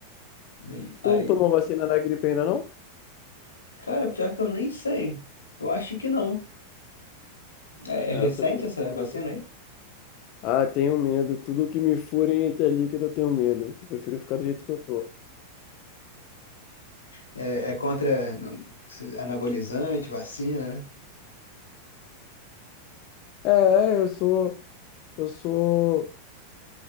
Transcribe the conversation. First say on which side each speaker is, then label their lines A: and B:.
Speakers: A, on the left; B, on the left.
A: Nem- Aí,
B: Tu não tomou vacina da gripe ainda, não?
A: cara, pior que eu nem sei, eu acho que não. É, é
B: É,
A: recente
B: eu também não
A: essa
B: tomo,
A: vacina
B: não.
A: aí?
B: Ah, tenho medo. Tudo que me furem até líquido, eu tenho medo. Eu prefiro ficar do jeito que eu tô.
A: É, é contra no- anabolizante, vacina, né?
B: É, é, eu sou, eu sou,